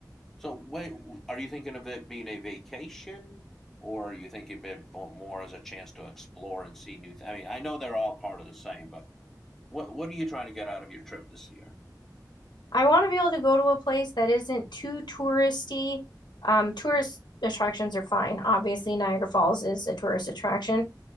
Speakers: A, in the centre; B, on the left.
A: so wait? Are you thinking of it being a vacation, or are you thinking of it mo- more as a chance to explore and see new? Th- I mean, I know they're all part of the same, but what what are you trying to get out of your trip this year?
B: I want to be able to go to a place that isn't too touristy. Um, tourist attractions are fine. Obviously, Niagara Falls is a tourist attraction,